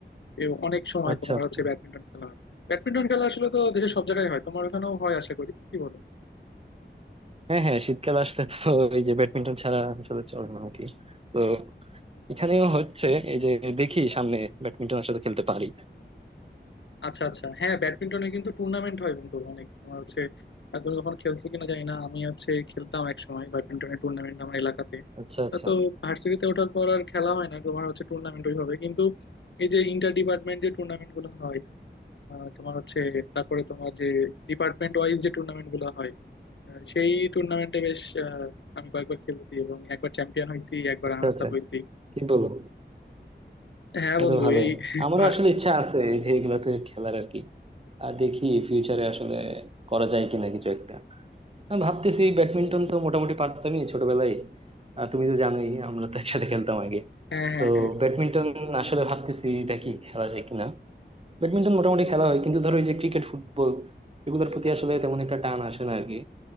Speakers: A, on the left (about 80°); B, on the right (about 30°).
A: এ অনেক সময়
B: আচ্ছা
A: তোমার
B: আচ্ছা
A: হচ্ছে ব্যাডমিন্টন খেলা হয় ব্যাডমিন্টন খেলা আসলে তো দেশের সব জায়গায় হয় তোমার ওখানেও হয় আশা করি কি বলো
B: হ্যাঁ হ্যাঁ শীতকাল আসলে তো এই যে ব্যাডমিন্টন ছাড়া আসলে চলে না আর কি তো এখানেও হচ্ছে এই যে দেখি সামনে ব্যাডমিন্টন আসলে খেলতে পারি
A: আচ্ছা আচ্ছা হ্যাঁ ব্যাডমিন্টনে কিন্তু টুর্নামেন্ট হয় বন্ধু অনেক তোমার হচ্ছে আহ, তুমি কখনো খেলছো কিনা জানি না আমি হচ্ছে খেলতাম এক সময় ব্যাডমিন্টনের টুর্নামেন্ট আমার এলাকাতে
B: আচ্ছা আচ্ছা
A: তা তো ভার্সিটিতে ওঠার পর আর খেলা হয় না তোমার হচ্ছে টুর্নামেন্ট ওইভাবে কিন্তু এই যে ইন্টার ডিপার্টমেন্ট যে টুর্নামেন্ট গুলো হয় আহ, তোমার হচ্ছে তারপরে তোমার যে ডিপার্টমেন্ট ওয়াইজ যে টুর্নামেন্ট গুলো হয় আহ, সেই টুর্নামেন্টে বেশ আহ, আমি কয়েকবার খেলছি এবং একবার চ্যাম্পিয়ন হয়েছি একবার
B: আচ্ছা
A: রানার্স
B: আচ্ছা
A: আপ হয়েছি
B: কি বলো
A: হ্যাঁ
B: এটা
A: বন্ধু
B: তো ভালোই
A: এই <laughs>
B: আমারও
A: ভার্স
B: আসলে ইচ্ছা আছে এই যে এগুলাতে খেলার আর কি আর দেখি ফিউচারে আসলে করা যায় কিনা কিছু একটা আমি ভাবতেছি ব্যাডমিন্টন তো মোটামুটি পারতামই ছোটবেলায় আহ, তুমি তো জানোই আমরা তো একসাথে খেলতাম আগে
A: হ্যাঁ হ্যাঁ
B: তো
A: হ্যাঁ
B: ব্যাডমিন্টন আসলে ভাবতেছি দেখি খেলা যায় কিনা ব্যাডমিন্টন মোটামুটি খেলা হয় কিন্তু ধরো এই যে ক্রিকেট ফুটবল এগুলোর প্রতি আসলে তেমন একটা টান আসে না আর কি